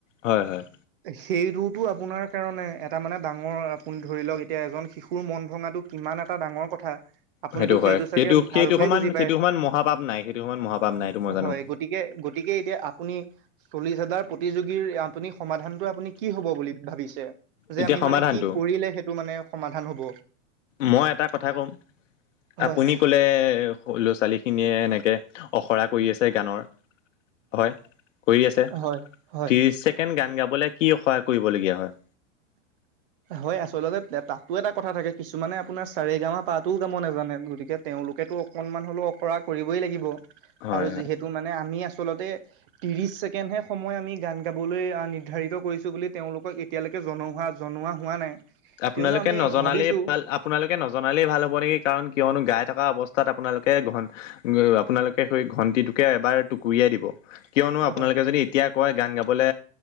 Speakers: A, on the left; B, on the right.
A: হয় হয়।
B: সেইটোতো আপোনাৰ কাৰণে এটা মানে ডাঙৰ আপুনি ধৰি লওক এতিয়া এজন শিশুৰ মন ভঙাটো কিমান। এটা ডাঙৰ কথা। আপুনিতো
A: সেইটো হয় সেইটো
B: চাগে
A: সেইটো
B: ভালকৈয়ে
A: সমান
B: বুজি
A: সেইটো
B: পায়
A: সমান মহাপাপ নাই সেইটো সমান মহাপাপ নাই সেইটো মই জানো।
B: হয় গতিকে গতিকে এতিয়া আপুনি চল্লিশ হাজাৰ প্ৰতিযোগীৰ আপুনি সমাধানটো আপুনি কি হব বুলি ভাবিছে? যে
A: এতিয়া
B: আমি
A: সমাধানটো
B: মানে কি কৰিলে সেইটো মানে সমাধান হব।
A: মই এটা কথা ক'ম।
B: হয়
A: আপুনি কলে ল'ৰা ছোৱালী খিনিয়ে এনেকে অখৰা কৰি আছে গানৰ। হয় কৰি আছে ত্ৰিশ
B: হয় হয়
A: ছেকেণ্ড গান গাবলৈ কি সহায় কৰিবলগীয়া হয়।
B: হয় আচলতে তাতো এটা কথা থাকে কিছুমানে আপোনাৰ চাৰে গামা পাতোও গাব নাজানে গতিকে তেওঁ তেওঁলোকে টো অকনমান হলেও আখৰা কৰিবই লাগিব।
A: হয়
B: আৰু
A: হয়
B: যিহেতু মানে আমি আছোঁ। আচলতে ত্ৰিশ ছেকেণ্ড হে সময় আমি গান গাবলৈ নিৰ্ধাৰিত কৰিছো বুলি তেওঁলোকক এতিয়ালৈকে জনোৱা হোৱা জনোৱা হোৱা নাই।
A: আপোনালোকে
B: কিয়নো আমি
A: নজালেই
B: ভাবিছোঁ
A: ভাল আপোনালোকে নজনালেই ভাল হ'ব নেকি কাৰণ কিয়নো গাই থকা অৱস্থা তাত আপোনালোকে ঘন আপোনালোকে সেই ঘণ্টিটোকে এবাৰ টুকুৰিয়াই দিব। কিয়নো
B: হয়
A: আপোনালোকে যদি এতিয়া কয় গান গাবলে